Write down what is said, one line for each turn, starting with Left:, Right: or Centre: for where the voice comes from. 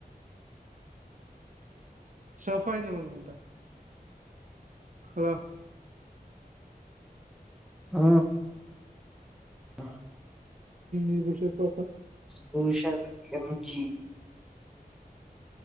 Right: సోఫా యింద పడుకుంట హలో
Centre: ఆ అ <inaudible>
Right: ఇ పుడు చెపు
Centre: భూషణ్ ఎం జీ